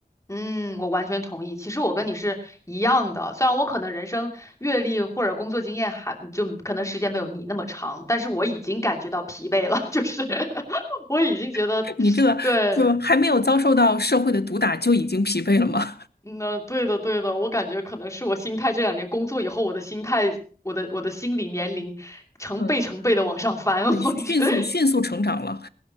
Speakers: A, on the left; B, on the left.
A: 嗯，我完全同意。其实我跟你是一样的，虽然我可能人生阅历或者工作经验还就可能时间没有你那么长，但是我已经感觉到疲惫了，<laughs> 就是 <laughs> 我已经觉得，
B: <laughs> 你这个就还没有遭受到社会的毒打就已经疲惫了吗？
A: 对，那对的对的，我感觉可能是我心态这两年工作以后，我的心态，我的我的心理年龄成倍成倍的往上翻，
B: 嗯，
A: <laughs>
B: 对，迅迅速迅速成长了
A: 我觉得，